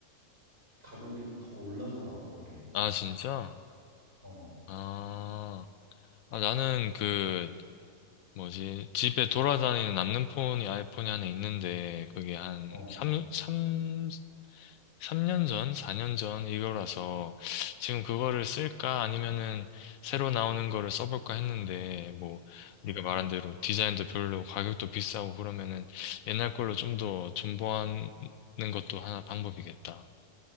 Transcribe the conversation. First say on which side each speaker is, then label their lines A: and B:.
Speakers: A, on the right; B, on the left.
A: 가격이 더 올라서 나올 거래.
B: 아, 진짜?
A: 어,
B: 아. 아, 나는 그, 뭐지, 집에 돌아다니는 남는 폰이 아이폰이 하나 있는데, 그게 한
A: 어,
B: 3, 삼삼 년 전, 4년 전 이거라서, 지금 그거를 쓸까 아니면은 새로 나오는 거를 써볼까 했는데, 뭐,
A: 어.
B: 네가 말한 대로 디자인도 별로 가격도 비싸고 그러면은 옛날 걸로 좀 더 존버하는 것도 하나 방법이겠다.